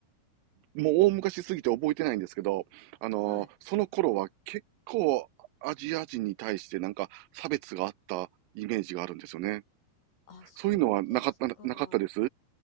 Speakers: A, on the right (about 80°); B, on the left (about 80°).
A: もう大昔すぎて覚えてないんですけど、あのその頃は結構
B: はい。
A: アジア人に対してなんか差別があったイメージがあるんですよね。
B: あ、そうですか。
A: そういうのはなかった、なかったです